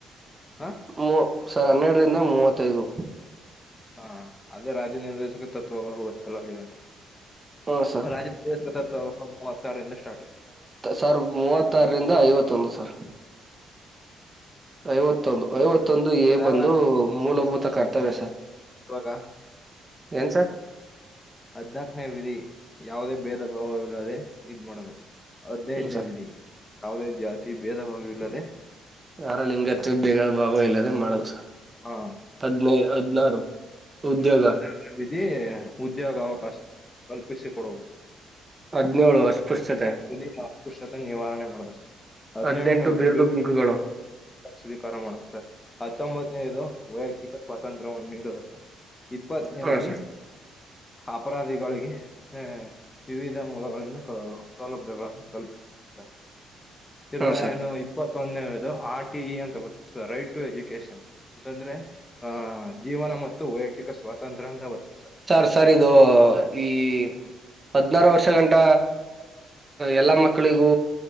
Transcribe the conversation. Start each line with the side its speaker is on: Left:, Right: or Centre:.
Left: ಹಾ
Right: ಮೂ ಸರ್ ಹನ್ನೆರಡರಿಂದ ಮೂವತ್ತೈದು
Left: ಹಾ ಅದೇ ರಾಜ್ಯ ನಿರ್ದೇಶಕ ತತ್ವಗಳು ಹೋಗುತ್ತಲ್ಲ ಅಲ್ಲಿ ಗಂಟೆ
Right: ಹ್ಮ ಸರ್
Left: ರಾಜಮ ಮೂವತ್ತಾರಂದ ಸ್ಟಾರ್ಟ್
Right: ಸಾವ್ರ ಮವತ್ತಾರರಿಂದ ಐವತ್ತೊಂದು ಸರ್ ಐವತ್ತೊಂದು ಐವತ್ತು ಮತ್ತೊಂದು ಏ
Left: ಸರ್
Right: ಬಂದು ಮೂಲಭೂತ ಕರ್ತವ್ಯ ಸರ್
Left: ಇವಾಗ
Right: ಏನ್ ಸರ್
Left: ಹದ್ನಾಾಕನೇ ವಿಧಿ ಯಾವುದೇ ಭೇದ ಭಾವ ಇಿಲ್ಲದೆ ಇದ್ ಮಾಡೋದು ಹದ್ನೈದನೇ
Right: ಹ್ಮ್ ಸರ್
Left: ವಿಧಿ ಯಾವುದೇನ್ ಜಾತಿ ಭೇದ ಭಾವ ಇಿಲ್ಲದೆ
Right: ಯಾರ ಲಿಂಗತ್ಯ ಬೇಗಾದ ಭಾವ ಇಲ್ಲದೆ ಮಾಡದುಸ
Left: ಹಾ
Right: ಹದ್ನೈ ಹದ್ನಾರು ಉದ್ಯೋಗ
Left: ಹದ್ನಾರನೇ ಮಧಿ ಉದ್ಯೋಗ ಅವಕಾಶ ಕಲ್ಪಿಸಿ ಕೊಡುವುದು ಸರ್
Right: ಹದಿನೇಳು ಅಸ್ಪೃಶ್ಯತೆ
Left: ಇಲ್ಲಿ ಸಾಕುಷತೆ ನಿವಾರಣೆ ಮಾಡುದು ಸರ್ ಹದಿನೆಂಟನೇ
Right: ಹದ್ನೆಂಟು
Left: ವಿಧಿ
Right: ಬಿರ್ದು ಬಿಂಕುಗಳು.
Left: ಸ್ವೀಕಾರ ಮಾಡುದು ಸರ್ ಹತ್ತೊಂಬತ್ತನೇದು ವೈಯಕ್ತಿಕ ಸ್ವಾತಂತ್ರ್ಯವನ್ನು ನೀಡುವುದ ಸರ್. ಇಪ್ಪತ್ತನೇ
Right: ಹ ಸರ್
Left: ಅಪರಾಧಿಗಳಿಗೆ ಹ ವಿವಿಧ ಮೂಲಗಳಿಂದ ಸೌಲಭ್ಯಗಳನ್ನು ಕಲ್ಪಿಸುತ್ತಾರೆ ತಿರುಗಾಯನು.
Right: ಹ ಸರ್
Left: ಇಪ್ಪತ್ತೊಂದನದು ಆರ್ ಟಿ ಇ ಅಂತ ರೈಟ್ ಟು ಎಜುಕೇಶನ್ ಅಂತಂದ್ರೆ ಆ ಜೀವನ ಮತ್ತು ವೈಯಕ್ತಿಕ ಸ್ವಾತಂತ್ರ್ಯ ಅಂತ ಬರುತ್ತೆ ಸಾರ್.
Right: ಸರ್ ಸರ್ ಇದು ಈ
Left: ಹ್ಮ್
Right: ಹದಿನಾರು ವರ್ಷ ಗಂಟ. ಎಲ್ಲ
Left: ಹ
Right: ಮಕ್ಕಳಿಗೂ